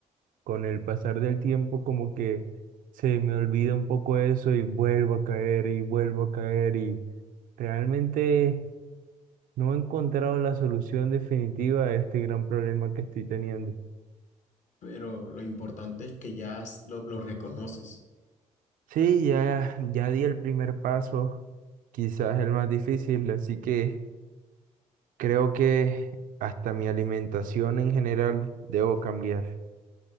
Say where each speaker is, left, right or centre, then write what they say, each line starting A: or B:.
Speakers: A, on the right; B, on the left.
A: con el pasar del tiempo como que se me olvida un poco eso y vuelvo a caer y vuelvo a caer y realmente no he encontrado la solución definitiva a este gran problema que estoy teniendo.
B: Pero lo importante es que ya s- lo, lo reconoces.
A: Sí, ya, ya di el primer paso, quizás el más difícil, así que creo que hasta mi alimentación en general debo cambiar.